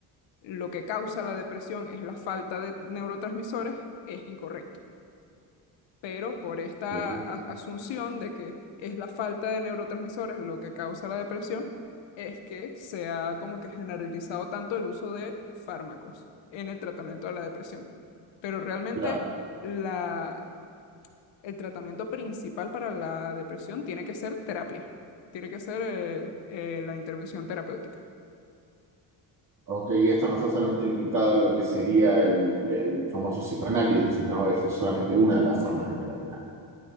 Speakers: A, on the left; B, on the right.
A: lo que causa la depresión es la falta de neurotransmisores es incorrecto. Pero por esta
B: Ok,
A: a- asunción de que es la falta de neurotransmisores lo que causa la depresión, es que se ha como que generalizado tanto el uso de fármacos en el tratamiento de la depresión. Pero realmente
B: claro.
A: la el tratamiento principal para la depresión tiene que ser terapia, tiene que ser eh, eh, la intervención terapéutica.
B: Ok, y esto no está solamente limitado a lo que sería el, el famoso psicoanálisis, ¿no? Eso es solamente una de las formas de terapia.